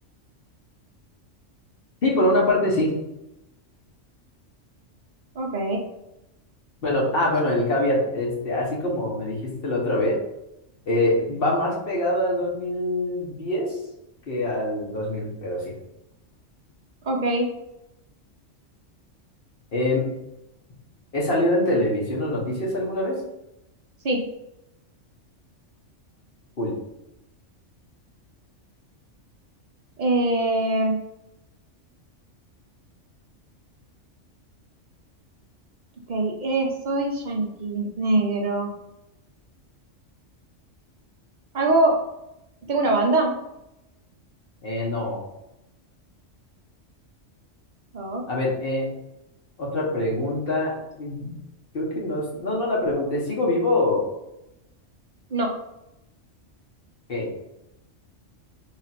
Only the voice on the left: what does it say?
Sí, por una parte sí.
Bueno, ah, bueno, el caveat, este, así como me dijiste la otra vez, eh, va más pegado al 2010 que al 2000, pero sí.
Em, ¿he salido en televisión o noticias alguna vez?
Cool.
Eh, no.
A ver, eh, otra pregunta. Mm, Creo que no. s- No, no la pregunté. ¿Sigo vivo? o-
Ok,